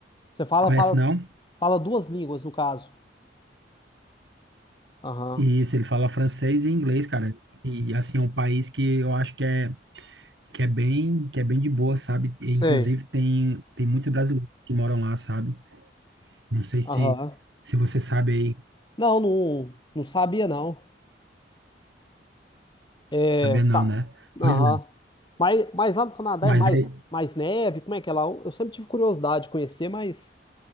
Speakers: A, on the left (about 25°); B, on the right (about 90°).
A: Você fala,
B: Conhece,
A: fala,
B: não?
A: fala duas línguas, no caso. Aham.
B: Isso, ele fala francês e inglês, cara. E assim, é um país que eu acho que é, que é bem, que é bem de boa, sabe? E,
A: Sei.
B: inclusive tem tem muitos brasileiros que moram lá, sabe? Não sei se
A: Aham.
B: se você sabe aí,
A: Não, não, não sabia, não. É,
B: sabia
A: tá.
B: não, né? Pois
A: Aham.
B: é.
A: Mas, mas lá no Canadá
B: Mas
A: é mais,
B: é
A: mais neve? Como é que é lá? Eu sempre tive curiosidade de conhecer, mas